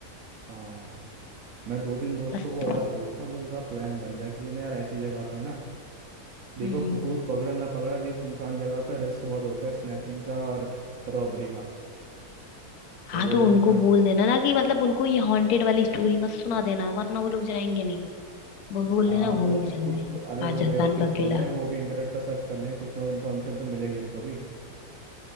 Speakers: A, on the right; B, on the left.
A: हाँ मैं दो तीन दोस्तों
B: बस
A: को और पूछता हूँ जो उनका प्लान बन जाए क्योंकि ना यार ऐसी जगह पे ना देखो
B: हम्म
A: भूत पकड़े ना पकड़े लेकिन सुनसान जगह पे रिस्क बहुत होता है स्नैचिंग का और रॉबरी का
B: हाँ
A: तो
B: तो
A: एक
B: उनको
A: जा
B: बोल देना ना कि मतलब उनको ये हॉन्टेड वाली स्टोरी मत सुना देना वरना वो लोग जाएंगे नहीं वो बोल
A: हाँ
B: देना घूमने
A: मतलब
B: चल
A: कुछ
B: रहे हैं
A: तो अरे
B: राजस्थान
A: वो बेवकूफ़
B: का
A: थोड़े
B: किला
A: हैं वो भी इंटरनेट पर सर्च कर लेंगे कुछ ना कुछ इन्फॉर्मेशन तो मिलेगी उनको भी